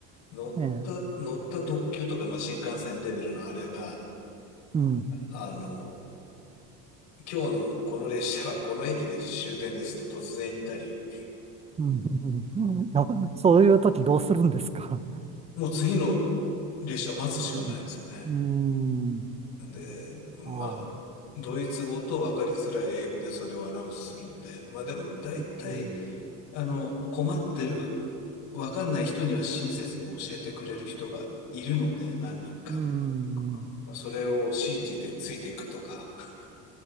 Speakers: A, on the left; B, on the right.
A: 乗った、
B: ええ
A: 乗った特急とか、まあ、新幹線レベルのあれが、
B: うん。
A: あの、今日のこの列車はこの駅で終点ですって突然言ったり、
B: うん。うんいや、そういう時どうするんですか
A: もう次の列車待つしかないですよね。
B: うん。うん。
A: で、まあ、
B: ああ。
A: ドイツ語と分かりづらい英語でそれをアナウンスするんで、まあでも大体、
B: うん。
A: あの、困ってる、分かんない人には親切に教えてくれる人がいるので、何人か。
B: うん。
A: まあそれを信じてついていくとか、<laughs>